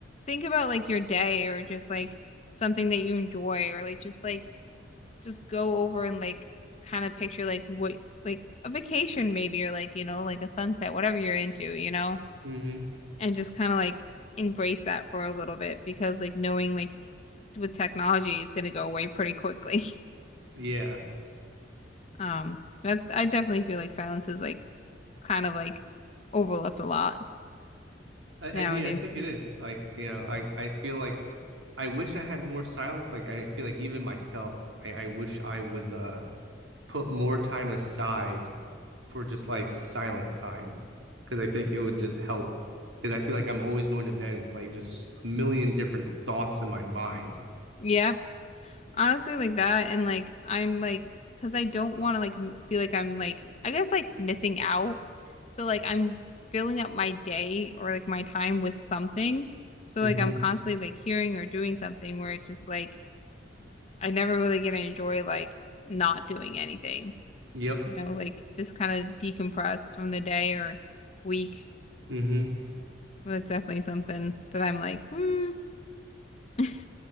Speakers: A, on the left (about 35°); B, on the right (about 80°).
A: think about like your day or just like something that you enjoy or like just like just go over and like kind of picture like what like a vacation maybe or like you know like a sunset whatever you're into you know
B: hmm
A: and just kind of like embrace that for a little bit because like knowing like with technology it's going to go away pretty quickly
B: Yeah.
A: <laughs> um that's I definitely feel like silence is like kind of like overlooked a lot
B: I,
A: nowadays
B: I yeah, I think it is. Like, you know, I I feel like I wish I had more silence. Like I feel like even myself, I, I wish I would uh put more time aside for just like silent time because I think it would just help. Because I feel like I'm always going to bed with like just a million different thoughts in my mind.
A: yeah Honestly, like that, and like I'm like, because I don't want to like m- feel like I'm like, I guess like missing out. So like I'm filling up my day or like my time with something. So
B: Mm-hmm.
A: like I'm constantly like hearing or doing something where it's just like I never really get to enjoy like not doing anything,
B: Yep.
A: you know, like just kind of decompress from the day or week.
B: Mm-hmm.
A: But that's definitely something that I'm like, hmm, <laughs>